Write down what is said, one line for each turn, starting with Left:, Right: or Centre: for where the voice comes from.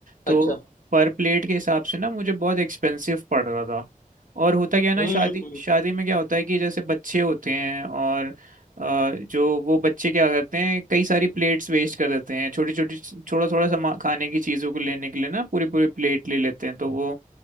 Right: तो
Left: अच्छा
Right: पर प्लेट के हिसाब से ना मुझे बहुत एक्सपेंसिव पड़ रहा था और होता क्या है ना
Left: हम्म
Right: शादी
Left: हम्म
Right: शादी में क्या होता है कि जैसे बच्चे होते हैं और अ, जो वो बच्चे क्या करते हैं कई सारी प्लेट्स वेस्ट कर देते हैं छोटी छोटी थोड़ा थोड़ा सामान खाने की चीज़ों को लेने के लिए ना पूरी पूरी प्लेट ले लेते हैं तो वो